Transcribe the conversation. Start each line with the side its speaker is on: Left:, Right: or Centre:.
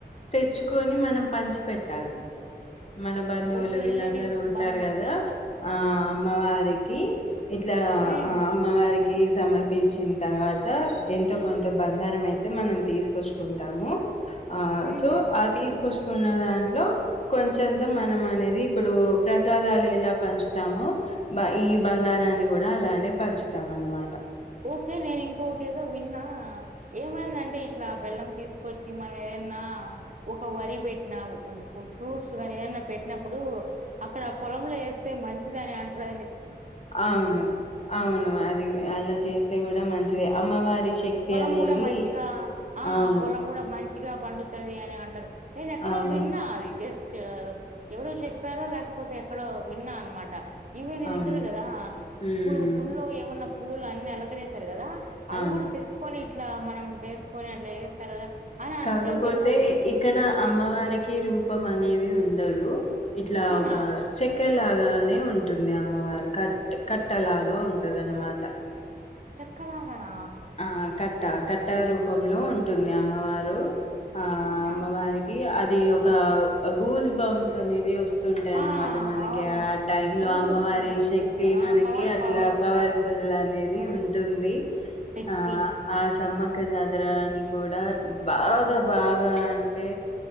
Left: తెచ్చుకొని మనం పంచి పెెట్టాలి మన బంధువులు
Right: ఓకే.
Left: వీళ్ళందరూ
Right: రిలేటివ్స్,
Left: ఉంటారు
Right: బంధువులకి.
Left: కదా ఆ అమ్మవారికి ఇట్లా
Right: హ్మ్.
Left: ఆ అమ్మవారికి ఇ సమర్పించిన తర్వాత ఎంతో కొంత బంగారం అయితే మనం తీసుకొచ్చుకుంటాము ఆ
Right: హుహు.
Left: తూ ఆ తీస్కొచ్ కున్న దాంట్లో కొంచంత మనం అనేది ఇప్పుడు ప్రసాదాలు ఎలా పంచుతామో ఈ బంగారాన్ని కూడా అలానే పంచుతాం అనమాట
Right: ఓకే నేను ఇంకొకటి ఏదో విన్నా ఏమైందంటే ఇట్లా బెల్లం తీసుకొచ్చి మనం ఏదన్నా ఒక వరి పెట్టినా ఒ ఆఫ్రూట్స్ కాని ఏదన్నా పెట్టినప్పుడు అక్కడ పొలంలో వేస్తే మంచిది అని అంటురు
Left: అవును అవును అది అలా చేస్తే కూడా మంచిది అమ్మవారి శక్తి
Right: పొలం
Left: అనేది
Right: కూడా మంచిగా ఆ
Left: అవును.
Right: పొలం కూడా మంచిగా బండుత్ పది అని అంటారు నేను ఎక్కడో
Left: అవును.
Right: విన్నా అది లేక్ ఎవరు చెప్పారో లేకపోతే ఎక్కడో విన్నా అనమాట ఇవ నీది
Left: అవును.
Right: ఉంటది కదా ఆప్పుడు
Left: హ్మ్.
Right: గుళ్ళో ఏమన్నా పువ్వులు అన్నిీ అలకరిస్తారు కదా అవి
Left: అవును.
Right: కూడా తెస్ ఇట్లా మనం వేసుకొని అట్లా వేస్తారు కదా అని అంటే
Left: కాకపోతే
Right: విన్నా నేను
Left: ఇక్కడ
Right: ఉమ్,
Left: అమ్మవారికి రూపం అనేది ఉండదు హలో ఇట్లా
Right: అవునా
Left: ఒక చెక్కెలాగా గా నే ఉంటుంది అమ్మవారు కట్ కట్టలాగా ఉంటదన మాట
Right: చక్కలా నాహా
Left: ఆ కట్ట కట్ట రూపంలో ఉంటుంది అమ్మవారు ఆ
Right: ఆహా.
Left: అమ్మవారికి అద్ ఇది ఒక గూస్ బాంస్ అనేవి వస్త వస్తుంటాయి
Right: ఆ,
Left: అన్నమాట మనకి
Right: అవును
Left: ఆ టైమ్ లో
Right: ఉనుకు
Left: అమ్మవారి
Right: వస్తాయి
Left: శక్తి మనకి
Right: పవర్
Left: అట్లా
Right: పవర్
Left: పవర్ఫుల్
Right: లాగా
Left: అనేది
Right: ఆ,
Left: ఉంటుంది
Right: శక్తి
Left: ఆ ఆస్ సమ్మక్క జాతరని కూడా బాగా బాగా అంటే